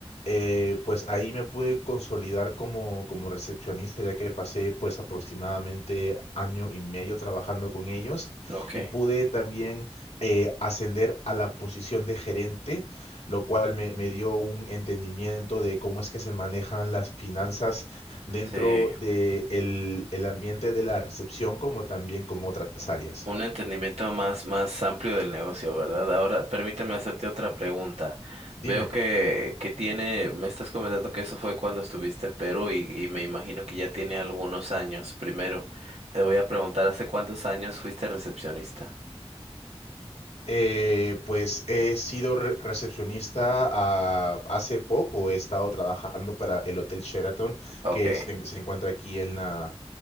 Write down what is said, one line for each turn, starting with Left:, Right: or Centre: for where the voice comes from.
Left: Eh, pues ahí me pude consolidar como, como recepcionista ya que pasé pues aproximadamente año y medio trabajando con ellos
Right: ok,
Left: y pude también eh, ascender a la posición de gerente lo cual me, me, dio un entendimiento de cómo es que se manejan las finanzas dentro
Right: sí,
Left: de el el ambiente de la recepción como también con otras áreas.
Right: un entendimiento más, más amplio del negocio, ¿verdad? Ahora, permíteme hacerte otra pregunta.
Left: Dime.
Right: Veo que, que tiene, me estás comentando que eso fue cuando estuviste en Perú y, y me imagino que ya tiene algunos años. Primero, te voy a preguntar, ¿hace cuántos años fuiste recepcionista?
Left: Eh, pues he sido re recepcionista a, hace poco, he estado trabajando para el Hotel Sheraton
Right: Ok,
Left: que se, en- se encuentra aquí en la,